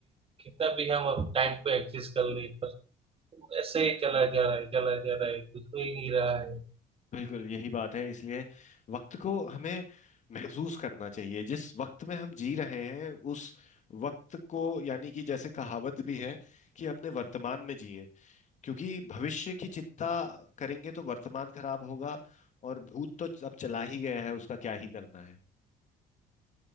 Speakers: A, on the right; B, on the left.
A: कितना भी हम अब टाइम को एडजस्ट कर ले पर ऐसे ही चला जा रहा है चला जा रहा है कुछ हो ही नहीं रहा है
B: बिल्कुल यही बात है इसलिए वक्त को हमें महसूस करना चाहिए जिस वक्त में हम जी रहे हैं उस वक्त को यानी कि जैसे कहावत भी है कि अपने वर्तमान में जिए क्योंकि भविष्य की चिंता करेंगे तो वर्तमान खराब होगा और भूत तो अब चला ही गया है उसका क्या ही करना है